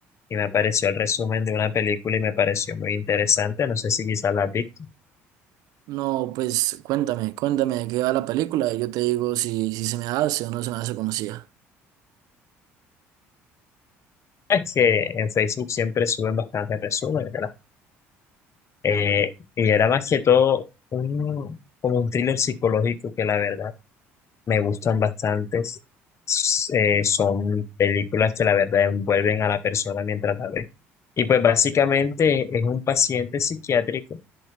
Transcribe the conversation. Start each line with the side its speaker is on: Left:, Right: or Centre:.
Left: y me apareció el resumen de una película y me pareció muy interesante. No sé si quizás la has visto.
Right: No, pues cuéntame, cuéntame de qué va la película y yo te digo si, si se me hace o no se me hace conocida.
Left: Es que en Facebook siempre suben bastantes resúmenes, ¿verdad? Eh, y era más que todo un, como un thriller psicológico que la verdad. me gustan bastantes. S- eh, son películas que la verdad envuelven a la persona mientras la ve. Y pues básicamente es un paciente psiquiátrico,